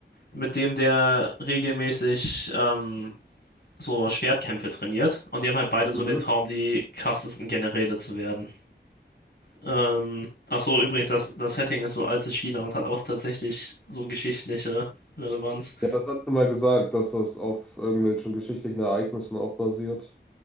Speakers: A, on the left; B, in the centre.
A: mit dem der regelmäßig ähm, so Schwertkämpfe trainiert. Und die haben halt beide so
B: Mhm.
A: den Traum, die krassesten Generäle zu werden. Ähm, ach so, übrigens, das, das Setting ist so altes China und hat auch tatsächlich so geschichtliche Relevanz.
B: Ja, das hast du mal gesagt, dass das auf irgendwelchen geschichtlichen Ereignissen auch basiert.